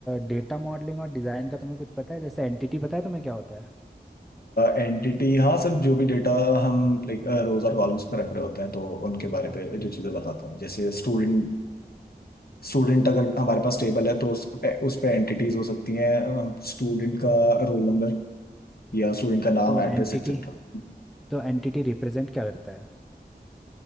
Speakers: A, in the centre; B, on the left (about 65°).
A: डेटा मॉडलिंग और डिज़ाइन का तुम्हें कुछ पता है जैसे एंटिटी पता है तुम्हें क्या होता है
B: एंटिटी हाँ सर जो भी डेटा हम लाइक रोज और कॉलम्स पे रख रहे होते हैं तो उनके बारे पे जो चीज़ें बताते हैं जैसे स्टूडेंट स्टूडेंट अगर हमारे पास टेबल है तो उस पे, उस पे एंटिटीज हो सकती हैं स्टूडेंट का रोल नंबर या स्टूडेंट का नाम
A: तो
B: address
A: एंटिटी
B: etcetera
A: तो एंटिटी रिप्रेजेंट क्या करता है